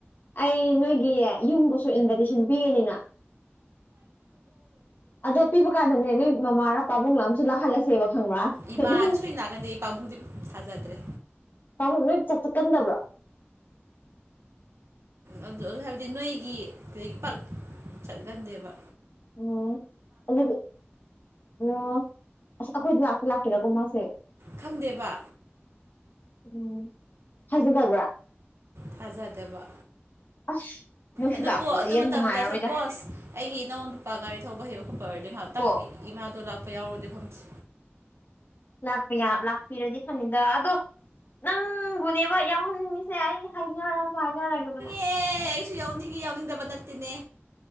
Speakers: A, on the left (about 50°); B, on the right (about 80°).
A: ꯑꯩ ꯅꯣꯏꯒꯤ ꯌꯨꯝꯗꯁꯨ ꯢꯟꯕꯥꯏꯇꯦꯁꯟ ꯄꯤꯔꯅꯤꯅ ꯑꯗꯣ ꯄꯤꯕ ꯀꯥꯟꯗꯅꯦ ꯅꯣꯏ ꯃꯃꯥꯔꯥ ꯄꯥꯕꯨꯡ ꯂ ꯑꯃ ꯁꯨ ꯂꯥꯛꯍꯜꯂꯁꯦꯕ ꯈꯪꯕ꯭ꯔꯥ
B: ꯏꯃꯥꯗꯤ
A: ꯅꯪ
B: ꯁꯣꯏꯅ ꯂꯥꯛꯀꯥꯟꯗꯤ ꯄꯥꯕꯨꯛꯗꯤ ꯊꯥꯖꯗ꯭ꯔꯦ
A: ꯄꯥꯕꯨꯛ ꯅꯣꯏ ꯆꯠꯊꯠꯀꯟꯗꯕ꯭ꯔꯥ
B: ꯑꯗꯨ ꯑꯗꯨ ꯍꯥꯏꯕꯗꯤ ꯅꯣꯏꯒꯤ ꯀꯔꯤꯒꯤ ꯄꯥꯛ ꯆꯠꯀꯟꯗꯦꯕ
A: ꯑꯣ ꯑꯗꯨꯗꯤ ꯑꯣ ꯑꯁ ꯑꯩꯈꯣꯏꯗꯤ ꯂꯥꯛꯇ ꯂꯥꯛꯀꯦꯔꯀꯣ ꯃꯥꯁꯦ
B: ꯈꯪꯗꯦꯕ
A: ꯎꯝ ꯐꯖꯗꯕ꯭ꯔꯥ
B: ꯊꯥꯖꯗꯕ
A: ꯑꯁ ꯃꯣꯏꯁꯨ
B: ꯑꯗꯨꯕꯨ
A: ꯂꯥꯛꯇ꯭ꯔꯗꯤ
B: ꯑꯗꯨ
A: ꯌꯥꯝ
B: ꯃꯇꯝꯗ
A: ꯅꯨꯡꯉꯥꯏꯔꯔꯣꯏꯗ
B: ꯁꯄꯣꯁ ꯑꯩꯒꯤ ꯏꯅꯧ ꯅꯨꯄꯥ ꯒꯥꯔꯤ ꯊꯧꯕ ꯍꯩꯕ ꯈꯣꯠꯄ ꯑꯣꯏꯔꯗꯤ ꯉꯥꯏꯍꯥꯛꯇꯪ
A: ꯀꯣ
B: ꯏꯃꯥꯗꯣ ꯂꯥꯛꯄ ꯌꯥꯎꯔꯗꯤ ꯈꯝꯖꯦ
A: ꯂꯥꯛꯄ ꯌꯥ ꯂꯥꯛꯄꯤꯔꯗꯤ ꯐꯅꯤꯗ ꯑꯗꯣ ꯅꯪꯕꯨꯅꯦ ꯍꯣꯏ ꯌꯥꯎꯍꯟꯅꯤꯡꯉꯤꯁꯦ ꯑꯩ ꯍꯥꯏꯅꯔꯁꯨ ꯍꯥꯏꯅꯔꯒꯦꯕꯗꯣ
B: ꯑꯦ ꯑꯩꯁꯨ ꯌꯥꯎꯅꯤꯡꯏ ꯌꯥꯎꯅꯤꯡꯗꯕ ꯅꯠꯇꯦꯅꯦ